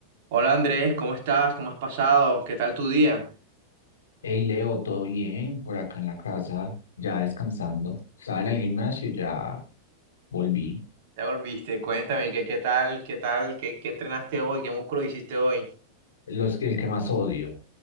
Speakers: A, on the right (about 50°); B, on the left (about 65°).
A: Hola Andrés, ¿cómo estás? ¿Cómo has pasado? ¿Qué tal tu día?
B: Hey Leo, ¿todo bien? Por acá en la casa, ya descansando. Estaba en el gimnasio y ya volví.
A: Ya volviste, cuéntame, ¿qué, qué tal? ¿Qué tal? ¿Qué, qué entrenaste hoy? ¿Qué músculo hiciste hoy?
B: Los, el que más odio.